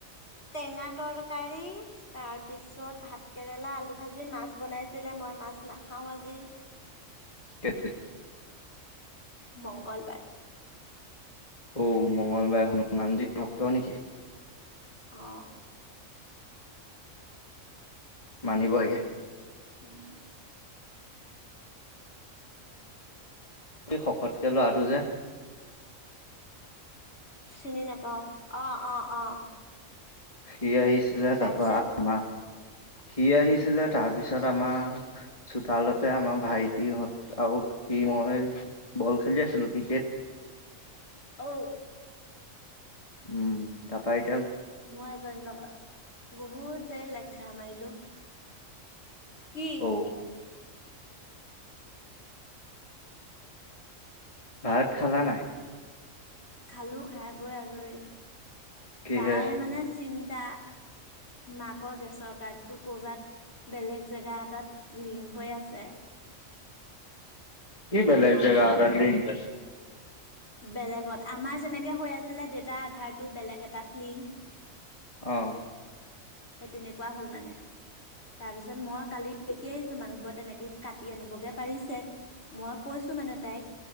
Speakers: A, on the left; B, on the left.
A: টেঙা তৰকাৰী তাৰ পিছত ভাত কেৰেলা আলু ভাজি মাছ বনাইছিল লে মই মাছ নাখাওঁ আজি
B: <unintelligible>
A: মংগলবাৰ
B: অ মঙ্লবাৰে হনুমানজীৰ ভক্ত নেকি
A: অঁ
B: মানিব লাগে
A: উম
B: এই শকতকে লৰাটো যে
A: চিনি নাপাওঁ অ অ অ
B: সি আহিছিলে
A: তাৰপিছত
B: তাৰপা আমাৰ সি আহিছিলে তাৰপিছত আমাৰ চোতালতে আমাৰ ভাইটিহঁত আৰু সি মই বল খেলি আছিলোঁ ক্ৰিকেট
A: ঔ
B: উম তাপাইত
A: মই এজনী লগত বহুত দেৰি লেকচাৰ মাৰিলো কি
B: অঔ ভাত খালা নাই?
A: খালো খাই বৈ আজৰি
B: কিহে?
A: তাই মানে চিন্তা মাকৰ গেছৰ কাৰ্ডটো ক'বাত বেলেগ জেগা এটাত লিংক হৈ আছে
B: কি
A: এতিয়া
B: বেলেগে
A: মাক
B: জেগা
A: যাব
B: এটাত
A: নোৱাৰে
B: লিংক হৈ আছে
A: বেলেগত আমাৰ যেনেকে হৈ আছিলে দেতাৰ আধাৰটো বেলেগ এটাত লিংক
B: অহ
A: সেই তেনেকুৱা হল মানে তাৰ পিছত মই কালি দেখি আহিছো মানুহবোৰ তেনেকে কাটি আনিবগে পাৰিছে মই কৈ ছো মানে তাইক